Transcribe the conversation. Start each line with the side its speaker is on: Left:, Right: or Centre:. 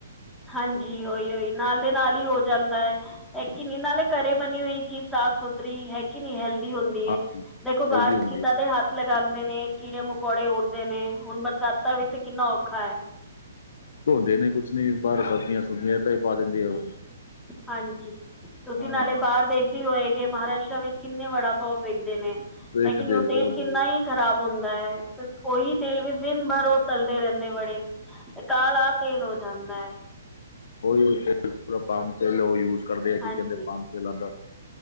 Centre: ਹਾਂਜੀ, ਓਈ-ਓਈ ਨਾਲ ਦੇ ਨਾਲ ਈ ਹੋ ਜਾਂਦਾ ਐ ਐਕ ਈ ਨੀ ਨਾਲੇ ਘਰੇ ਬਣੀ ਹੋਈ ਚੀਜ਼ ਸਾਫ਼ ਸੁਥਰੀ ਹੈ ਕੀ ਨੀ ਹੈਲਦੀ ਹੁੰਦੀ
Left: ਹਾਂ
Centre: ਏ ਦੇਖੋ
Left: ਹੈਲਦੀ
Centre: ਬਾਹਰ
Left: ਹੁੰਦੀ
Centre: ਕਿੱਦਾਂ
Left: ਹੈ।
Centre: ਦੇ ਹੱਥ ਲਗਾਂਦੇ ਨੇ, ਕੀੜੇ ਮਕੌੜੇ ਉੜਦੇ ਨੇ ਹੁਣ ਬਰਸਾਤਾਂ ਵਿਸ ਕਿੰਨਾ ਔਖਾ ਐ।
Left: ਧੋਂਦੇ ਨੇ ਕੁਛ ਨੀ ਬਾਹਰ ਸਬਜ਼ੀਆਂ ਸੁਬਜ਼ੀਆਂ ਏਦਾਂ ਈ ਪਾ ਦਿੰਦੇ ਆ ਉਹ
Centre: ਹਾਂਜੀ, ਤੁਸੀਂ
Left: ਹਾਂ
Centre: ਨਾਲੇ ਬਾਹਰ ਵੇਖਦੇ ਹੋਏਗੇ ਮਹਾਰਾਸ਼ਟਰਾ ਵਿੱਚ ਕਿੰਨੇ ਵੜਾ ਪਾਓ ਵੇਕਦੇ ਨੇ
Left: ਦੇਖਦੇ
Centre: ਲੇਕਿਨ ਉਹ ਤੇਲ
Left: ਬਹੁਤ-ਬਹੁਤ
Centre: ਕਿੰਨਾ ਈ ਖ਼ਰਾਬ ਹੁੰਦਾ ਐ ਉਹੀ ਤੇਲ ਵੀ ਦਿਨ ਭਰ ਉਹ ਤਲਦੇ ਰਹਿੰਦੇ ਵੜੇ ਤੇ ਕਾਲਾ ਤੇਲ ਹੋ ਜਾਂਦਾ ਐ
Left: ਉਹੀ ਉਈ ਤੇਲ, ਪੂਰਾ ਪਾਮ ਤੇਲ ਉਹ ਯੂਜ ਕਰਦੇ ਐ,
Centre: ਹਾਂਜੀ
Left: ਕੀ ਕਹਿੰਦੇ ਪਾ ਚਲਾਂਦਾ,